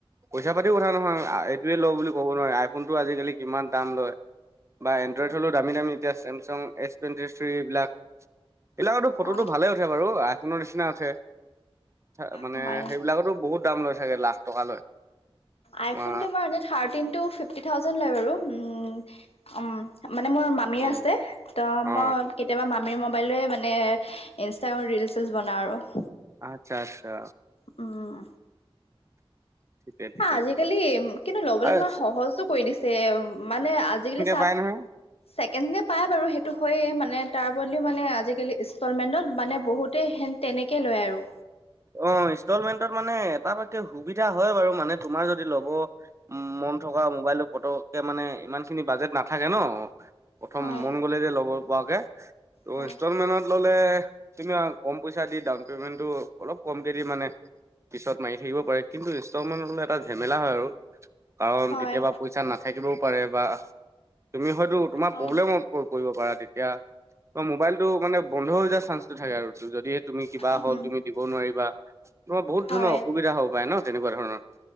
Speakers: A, on the right; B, on the left.
A: পইচা পাতিও কথা নহয় এইটোৱে লওঁ বুলি ক'ব নোৱাৰে আইফোনটো আজিকালি কিমান দাম লয়। বা এনড্ৰইড হ'লেও দামী দামী এতিয়া চেমচাং এছ টুৱেণ্টি থ্ৰী এইবিলাক। এইবিলাকৰতো ফটোটো
B: অ',
A: ভালে উঠে বাৰু আইফোনৰ নিচিনা উঠে। তাৰ মানে
B: হয়
A: সেইবিলাকতো বহুত দাম লৈ ছাগে লাখ টকা লয়।
B: আইফোনটো
A: অ
B: তোমাৰ এনে থাৰ্তিনটো ফিফটি থাউজেড লয় বাৰু মানে মোৰ মামী
A: অ
B: আছে। ত'
A: অ
B: মই কেতিয়াবা মামীৰ মোবাইটোৱে মানে ইনষ্টাগ্ৰামত ৰিলচিছ বনাওঁ আৰু।
A: আচ্ছা আচ্ছা।
B: উম।
A: ঠিকে ঠিকে
B: আজিকালি
A: ঠিকে
B: কিন্তু লবলৈ
A: আৰু
B: তোমাৰ
A: অ
B: সহজো কৰি দিছে। মানে আজিকালি
A: পায় নহয়।
B: ছেকেণ্ডকে পায় বাৰু সেইটো হয়য়ে মানে তাৰ বদলিও মানে আজিকালি ইনষ্টলমেণ্টত মানে বহুতেই তেনেকে লয় আৰু।
A: অ', ইনষ্টলমেন্টত মানে এটা পাকে সুবিধা হয় বাৰু মানে তোমাৰ যদি ল'ব উম, মন থকা মোবাইলৰ পতকে মানে ইমানখিনি বাজেট নাথাকে ন। প্ৰথম
B: হয়
A: মন গ'লে যে ল'ব পৰাকৈ ত'
B: হয়
A: ইনষ্টলমেণ্টত ল'লে তুমি কম পইচা দি ডাউন পেমেন্টটো অলপ কমকেদি মানে পিছত মাৰি থাকিব পাৰি। কিন্তু ইনষ্টলমেন্টত এটা ঝেমেলা হয় আৰু। কাৰণ
B: হয়
A: কেতিয়াবা পইচা নাথাকিবও পাৰে বা তুমি হয়তো তোমাৰ
B: হয়
A: প্ৰব্লেমত কৰিব পাৰা তেতিয়া ত' মোবাইলতটো মানে বন্ধ হৈ যোৱাৰ চান্সটো থাকে আৰু। যদিহে তুমি কিবা
B: উম
A: হ'ল তুমি দিব নোৱাৰিবা তোমাৰ বহুত
B: হয়
A: ধৰণৰ অসুবিধা হ'ব পাৰে ন তেনেকুৱা ধৰণৰ।